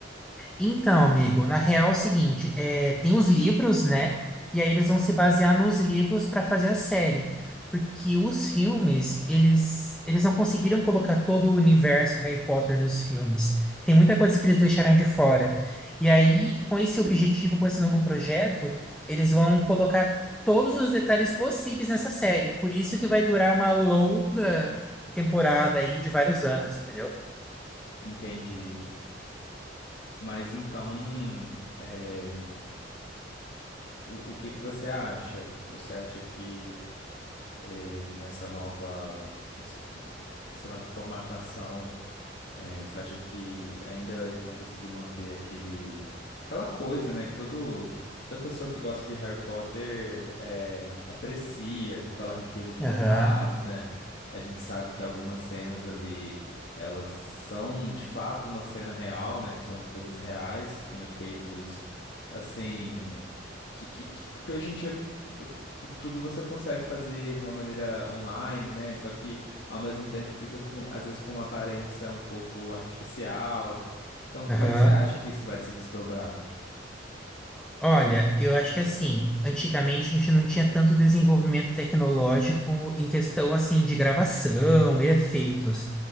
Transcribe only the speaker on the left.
Entendi. Mas então, é, o, o que que você acha? Você acha que é, nessa nova, essa, essa nova formatação. É, você acha que ainda eles vão conseguir manter aquele, aquela coisa, né, que todo, toda pessoa que gosta de Harry Potter é, aprecia, que é aquela riqueza de detalhes,
né? A gente sabe que algumas cenas ali, elas são de fato uma cena real, né? São coisas reais, com efeitos, assim, que, que, que que hoje em dia tu- tudo você consegue fazer de uma maneira online, né? Só que ao mesmo tempo fica com, às vezes, com uma aparência um pouco artificial. Então, como
é que você acha que isso vai se desdobrar?